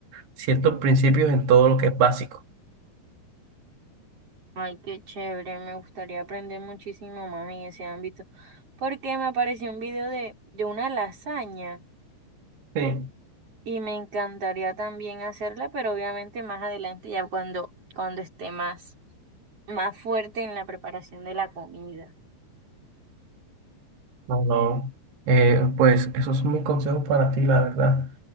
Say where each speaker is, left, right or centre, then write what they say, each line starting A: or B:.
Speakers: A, on the right; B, on the right.
A: ciertos principios en todo lo que es básico.
B: Ay, qué chévere, me gustaría aprender muchísimo más en ese ámbito, porque me apareció un video de, de una lasaña
A: Sí.
B: y me encantaría también hacerla, pero obviamente más adelante, ya cuando, cuando esté más, más fuerte en la preparación de la comida.
A: No, no. Eh, pues eso es un consejo para ti, la verdad.